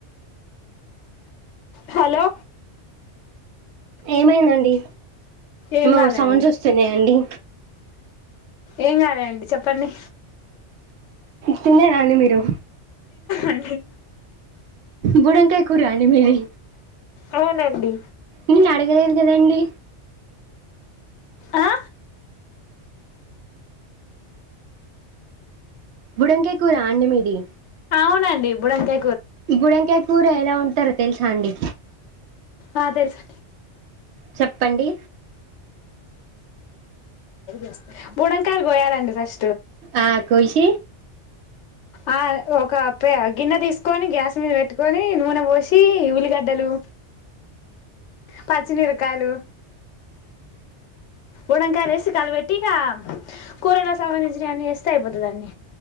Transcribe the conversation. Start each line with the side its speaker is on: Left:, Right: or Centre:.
Left: హలో
Right: ఏమైందండి
Left: ఏం
Right: ఏమో
Left: కాలేండి
Right: సౌండ్స్ వస్తున్నాయా అండి
Left: ఏం కాలేదండి చెప్పండి
Right: తిన్నారా అండి మీరు
Left: అండి
Right: బుడంకాయ కూరా అండి మీది
Left: అవునండి
Right: నేను అడగలేదు కదండి
Left: ఆ
Right: బడంగే కూరా అండ మీేది
Left: అవునండి ఇప్పుడు అంతే
Right: బుడంకాయ కూర ఎలా ఉంట తరత చాండడి
Left: ఆ తెలుసా
Right: చెప్పండి
Left: యస్త మ ా పోయాలండి సశ
Right: ఆ కో క
Left: ఆ ఒక గిన్నె తీసుకొని గ్యాస్ మీద పెట్టుకొని నూనె పోసి ఉల్లిగడ్డలు పచ్చినిరకాయలు ఉండకాయలు వేసి కలపెట్టి ఇక కూరలో సంబంధించినవన్నీ వేస్తే అయిపోతుందంీ